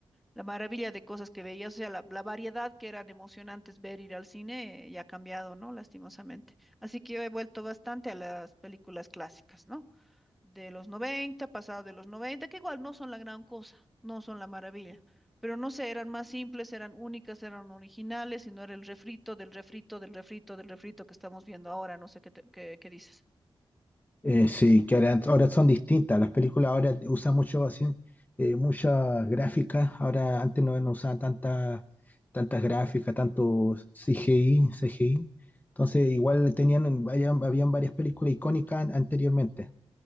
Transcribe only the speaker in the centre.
la maravilla de cosas que veías, o sea, la, la variedad que eran emocionantes ver ir al cine, eh, ya ha cambiado, ¿no? Lastimosamente. Así que yo he vuelto bastante a las películas clásicas, ¿no? de los noventa pasados de los noventa que igual no son la gran cosa, no son la maravilla, pero no sé, eran más simples, eran únicas, eran originales y no era el refrito del refrito del refrito del refrito que estamos viendo ahora, no sé qué, te- qué, qué dices.